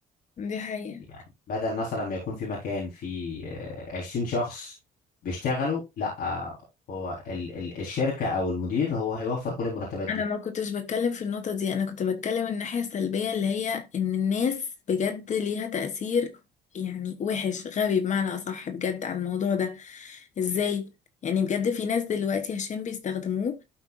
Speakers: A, on the left; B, on the left.
A: دي حقيقة
B: يعني بدل مثلا ما يكون في مكان فيه آه، 20 شخص بيشتغلوا لا آه، هو ال... ال... الشركة او المدير هو هيوفر كل المرتبات دي
A: انا ما كنتش بتكلم في النقطة دي انا كنت بتكلم الناحية السلبية اللي هي ان الناس بجد ليها تأثير يعني وحش غبي بمعنى اصح بجد على الموضوع ده ازاي يعني بجد في ناس دلوقتي عشان بيستخدموه